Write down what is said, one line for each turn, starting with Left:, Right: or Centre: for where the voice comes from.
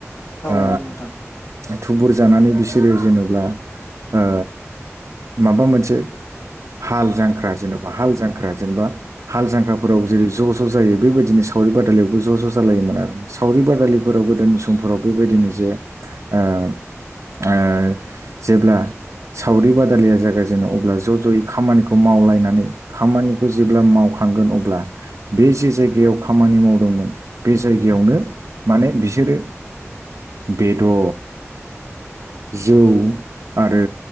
Left: औ
Right: ओ
Left: नंगौ नोंथां
Right: थुबुर जानानै बिस जेरै जेनब्ला ओ माबा मोनसे हाल जांख्रा जेनेबा हाल जां ख्रा जेनबा हाल जांख्राफोराव जेरै ज' ज' जायो बेबायदिनो सावरि बादालियावबो ज' ज' जालायोमोन आरो ना सावरि बादालिफोराव गोदोनि समफोराव बेबायदिनो जे ओ ओ जेब्ला सावरि बादालिया जागायजेनो अब्ला ज' ज'यै खामानिखौ मावलायनानै खामानिखौ जेब्ला मावखांगोन अब्ला बे जे जायगायाव खामानि मावदोंमोन बे जायगायाव यावनो माने बिसोरो बेदर जौ आरो